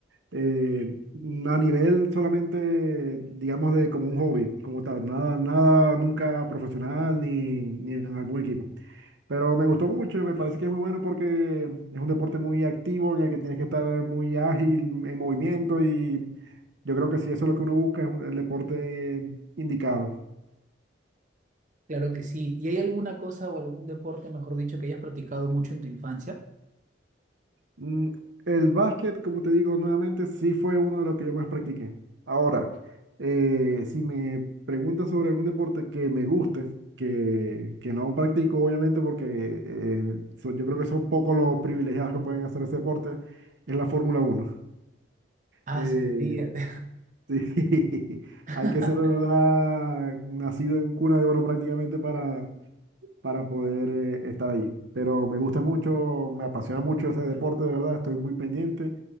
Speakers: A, on the right; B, on the right.
A: eh, a nivel solamente, digamos, de como un hobby, como tal, nada, nada nunca profesional ni, ni en algún equipo. Pero me gustó mucho, me parece que es muy bueno porque es un deporte muy activo en el que tienes que estar muy ágil, en movimiento y yo creo que si eso es lo que uno busca, es un- el deporte eh, indicado.
B: Claro que sí. ¿Y hay alguna cosa o algún deporte, mejor dicho, que hayas practicado mucho en tu infancia?
A: Mm, El básquet, como te digo nuevamente, sí fue uno de los que yo más practiqué. Ahora, eh, si me preguntas sobre algún deporte que me guste, que, que no practico obviamente porque eh, so- yo creo que son pocos los privilegiados que pueden hacer ese deporte, es la Fórmula uno
B: Ah,
A: Eh,
B: olvídate.
A: <laughs> sí,
B: <laughs>
A: hay que ser de verdad nacido en cuna de oro prácticamente para, para poder eh, estar allí. Pero me gusta mucho, me apasiona mucho ese deporte, de verdad, estoy muy pendiente,